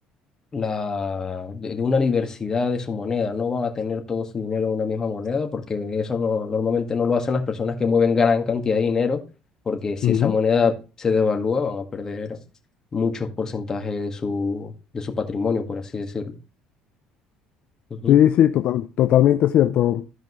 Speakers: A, on the left (about 25°); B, on the left (about 55°).
A: la, de, de una diversidad de su moneda. No van a tener todo su dinero en una misma moneda porque eso no, normalmente no lo hacen las personas que mueven gran cantidad de dinero porque si
B: Ujú.
A: esa moneda se devalúa van a perder muchos porcentajes de su, de su patrimonio, por así decirlo. Ujú.
B: Sí, sí, total- totalmente cierto,